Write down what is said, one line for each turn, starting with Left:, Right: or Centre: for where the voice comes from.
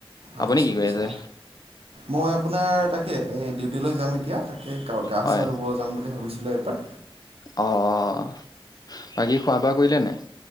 Right: আচ্ছা
Left: আপুনি কি
Right: আচ্ছা।
Left: কৰি আছে?
Right: মই আপোনাৰ তাকে এই ডিউটি লৈ যাম এতিয়া। এই গাঁও গা
Left: হয়
Right: চা ধুব যাম বুলি ভাবিছিলোঁ এইবাৰ।
Left: অ', বাকী খোৱা বোৱা কৰিলেনে নাই?